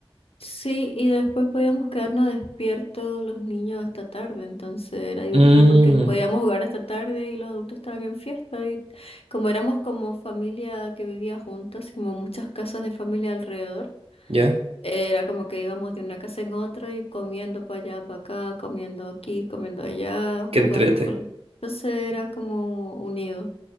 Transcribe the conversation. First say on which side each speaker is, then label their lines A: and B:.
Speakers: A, on the left; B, on the right.
A: Sí, y después podíamos quedarnos despiertos los niños hasta tarde, entonces era divertido
B: Mm,
A: porque podíamos jugar hasta tarde y los adultos estaban en fiesta y como éramos como familia que vivía juntas, como muchas casas de familia alrededor,
B: ya.
A: era como que íbamos de una casa en otra y comiendo para allá, para acá, comiendo aquí, comiendo allá,
B: Qué
A: jugando
B: entrete.
A: con... Entonces era como unido,